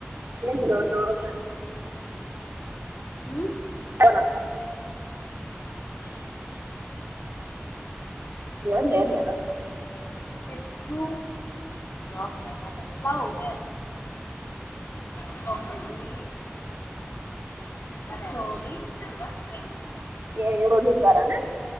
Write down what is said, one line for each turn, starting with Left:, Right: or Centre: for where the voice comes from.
Right: ఏం డోర్లండి.
Left: ఉ
Right: టా న స. ఏందీ ఏర్లేరా.
Left: ఏ ట్రూ లా లవ్ మ్యా స్టోరీ స్టోరీ నెవెర్ ఎండ్స్.
Right: ఏం ఎవరు చూత్తారనా